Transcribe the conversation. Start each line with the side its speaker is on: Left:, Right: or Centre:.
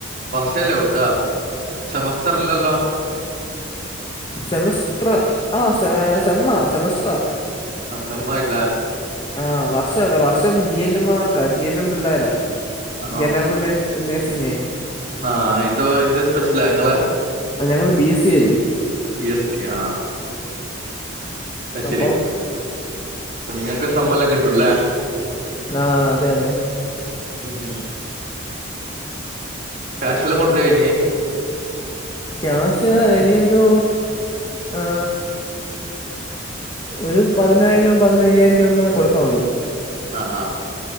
Right: വർഷവല്ലേ കൂട്ട സെമസ്റ്ററല്ലല്ലോ?
Left: സെമസ്റ്ററ് ആഹ്‌ സെ സെമ്മ സെമസ്റ്ററാ
Right: ആഹ്‌ സെമ്മയിട്ട്ലേ?
Left: ആഹ്‌ വർഷവല്ല വർഷം ജി. എൻ. എം. മാർക്കാ ജി. എൻ. എം. പിള്ളോര
Right: ആ
Left: ജനറൽ നെ ഴ്സ്സിങ്ങേ
Right: ആഹ്‌ ഇതോ എന്ത് സ്പെഷ്യല ഇങ്ങളെ
Left: ഞങ്ങൾ ബി എസ് സി അല്ലേ
Right: ബി. എസ്. സി യോ ആഹ്‌ അഹ് ശരി
Left: അപ്പം
Right: അപ്പൊ നിങ്ങക്ക് സെമ്മെല്ലാം കിട്ടൂ അല്ലേ?
Left: ആഹ്‌ അതെ അതെ
Right: ഉം ഉം ക്യാഷെല്ലാം കൊടുത്ത് കഴിഞ്?
Left: ക്യാഷ് ഇനിയൊരു ഏഹേ ഒരു പതിനായിരം പതിനയ്യായിരം രൂപം കൂടെ കൊടുക്കാവൊള്ളൂ
Right: ആഹ് ആഹ്